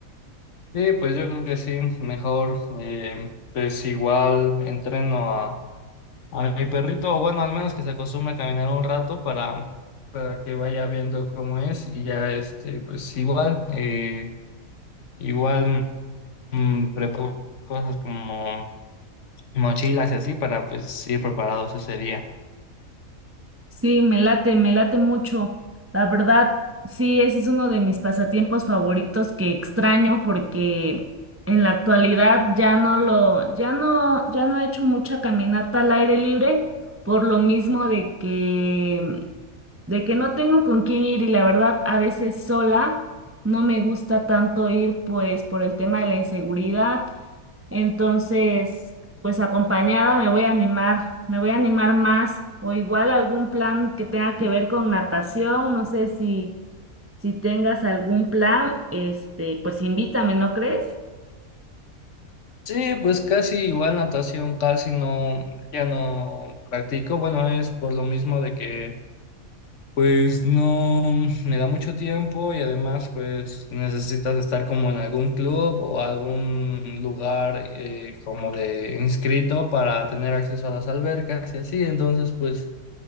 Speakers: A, on the left; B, on the right.
A: Sí, pues yo creo que sí, mejor, eh, pues igual entreno A mi perrito, bueno, al menos que se acostumbre a caminar un rato para, para que vaya viendo cómo es y ya, este, pues igual, eh, igual mm, preparo cosas como mochilas y así para pues ir preparados ese día.
B: Sí, me late, me late mucho. La verdad, sí, ese es uno de mis pasatiempos favoritos que extraño porque en la actualidad ya no lo, ya no, ya no he hecho mucha caminata al aire libre por lo mismo de que, de que no tengo con quién ir y la verdad a veces sola no me gusta tanto ir pues por el tema de la inseguridad entonces, pues acompañada me voy a animar, me voy a animar más o igual algún plan que tenga que ver con natación, no sé si si tengas algún plan, este, pues invítame, ¿no crees?
A: Sí, pues casi igual natación, casi no, ya no practico, bueno, es por lo mismo de que Pues no me da mucho tiempo y además pues necesitas estar como en algún club o algún lugar eh, como de inscrito para tener acceso a las albercas y así. Entonces pues